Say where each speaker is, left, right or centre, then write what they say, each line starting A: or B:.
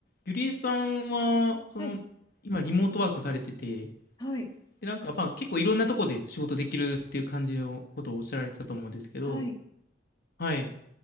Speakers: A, on the left (about 55°); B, on the left (about 25°).
A: ゆりえさんは、その、
B: はい、
A: 今リモートワークされてて、
B: はい、
A: で、なんか、まあ、結構いろんなとこで仕事できるっていう感じのことをおっしゃられてたと思うんですけど、
B: はい。
A: はい。